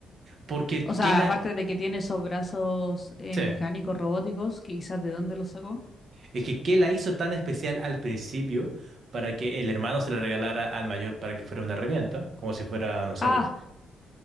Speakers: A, on the right; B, on the left.
A: Porque,
B: O sea,
A: ¿qué la,
B: aparte de que tiene esos brazos eh,
A: sí,
B: mecánicos, robóticos, que quizás de dónde los sacó.
A: es que, ¿qué la hizo tan especial al principio para que el hermano se la regalara al mayor para que fuera una herramienta? Como si fuera, no sé,
B: Ah,
A: vos.